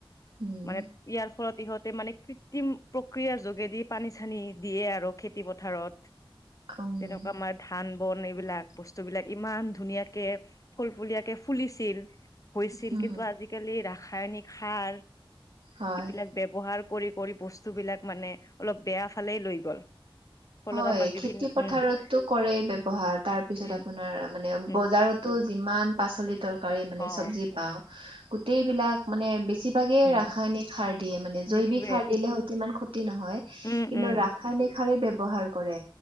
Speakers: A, on the right; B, on the left.
A: উম
B: মানে ইয়াৰ ফলত ইহঁতে মানে কৃত্ৰিম প্ৰক্ৰিয়াৰ যোগেদি পানী চানী দিয়ে আৰু খেতি পথাৰত।
A: উম
B: তেনেকুৱা আমাৰ ধান বন এইবিলাক বস্তুবিলাক ইমান ধুনীয়া কে ফুলফুলীয়াকে ফুলিছিল হৈছিল
A: উম,
B: কিন্তু আজি আজিকালি ৰাসায়নিক সাৰ
A: হয়।
B: এইবিলাক ব্যৱহাৰ কৰি কৰি বস্তুবিলাক মানে অলপ বেয়া ফালে লৈ গ'ল। ফলত
A: হয়
B: আমাৰ বিভিন্ন
A: খেতি পথাৰতটো
B: উম
A: কৰেই ব্যৱহাৰ তাৰ পিছত
B: উম
A: আপোনাৰ মানে
B: উম
A: বজাৰত টো যিমান পাচলি তৰকাৰি মানে
B: অ
A: চবজি পাওঁ গোটেইবিলাক মানে বেছি <unintelligible> ৰাসায়নিক
B: উম
A: সাৰ দিয়ে মানে জৈৱিক
B: সেইটোৱে
A: সাৰ দিলে হয়তো ইমান ক্ষতি নহয়
B: উম
A: কিন্তু
B: উম
A: ৰাসায়নিক সাৰেই ব্যৱহাৰ কৰে